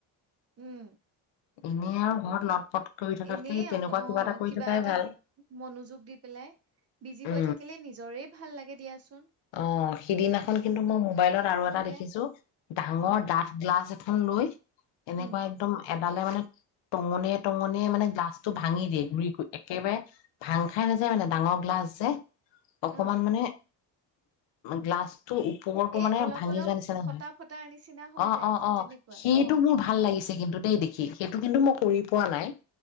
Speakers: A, on the right (about 30°); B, on the left (about 60°).
A: উম
B: এনেই আৰু ঘৰত লগ পট কৰি থকাত
A: এনেই
B: সেই তেনেকুৱা
A: অক অ',
B: কিবা এটা কৰি থকাই
A: এটাত
B: ভাল
A: মনোযোগ দি পেলাই বিজি
B: উ
A: হৈ থাকিলে নিজৰে ভাল লাগে দিয়াচোন
B: আহ সিদিনাখন কিন্তু মই মোবাইলত আৰু
A: নহ'লে
B: এটা দেখিছো ডাঙৰ
A: অ',
B: ডাঠ গ্লাছ থন লৈ। এনেকুৱা
A: উম,
B: একদম এডালে মানে টঙনিয়ে টঙনিয়ে মানে গ্লাছটো ভাঙি দিয়ে। ঘুৰি কৰি একেবাৰে ভাং খাই নাযায় মানে ডাঙৰ গ্লাছ যে। অকমান
A: অ'।
B: মানে। গ্লাছ উপৰটো
A: এই
B: মানে
A: অলপ
B: ভাঙি
A: অলপ
B: যোৱা নিচা ন
A: ফটা
B: নহয়
A: ফটাৰ নিচিনা হৈ
B: অ',
A: যায়
B: অ',
A: যে
B: অ',
A: তেনেকুৱা
B: সেইটো
A: অ
B: মোৰ ভাল লাগিছে কিন্তু ততয়ে দেখি সেইটো কিন্তু মই কৰি পোৱা নাই।